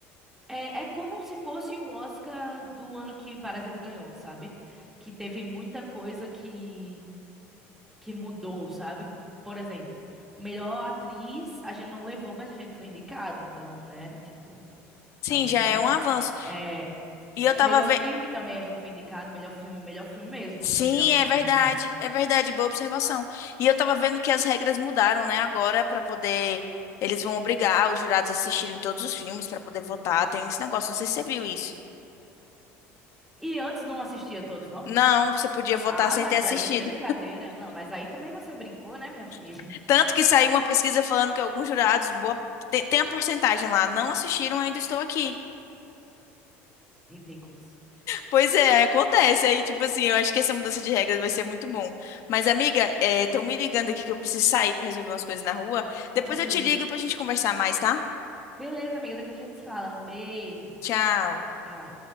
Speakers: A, in the centre; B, on the left.
A: É, é como se fosse o Oscar do ano que Parasita ganhou, sabe? Que teve muita coisa que, que mudou, sabe? Por exemplo, melhor atriz a gente não levou, mas a gente foi indicado, então, né? Tipo,
B: Sim,
A: pelo menos
B: já é
A: isso.
B: um avanço.
A: É, é,
B: E eu
A: melhor
B: tava
A: filme também a gente foi indicado, melhor filme, melhor filme mesmo,
B: Sim,
A: não foi melhor filme
B: é verdade,
A: internacional.
B: é verdade, boa observação. E eu tava vendo que as regras mudaram, né, agora para poder eles vão obrigar os jurados a assistirem todos os filmes para poder votar, tem esse negócio, não sei se você viu isso.
A: E antes não assistia todos, não?
B: Não, você podia votar
A: Ah,
B: sem
A: mas
B: ter assistido.
A: aí é brincadeira. Não, mas aí também você brincou, né, minha filha?
B: <laughs> Tanto que saiu uma pesquisa falando que alguns jurados, boa tem, tem a porcentagem lá, não assistiram, ainda estou aqui.
A: <laughs> Ridículos.
B: Pois é, acontece. Aí, tipo assim, eu acho que essa mudança de regras vai ser muito bom. Mas, amiga, estão me ligando aqui que eu preciso sair para resolver umas coisas na rua.
A: Ah,
B: Depois eu
A: beleza.
B: te ligo pra gente conversar mais, tá?
A: Beleza, amiga, depois a gente se fala. Beijo.
B: Tchau.
A: Já.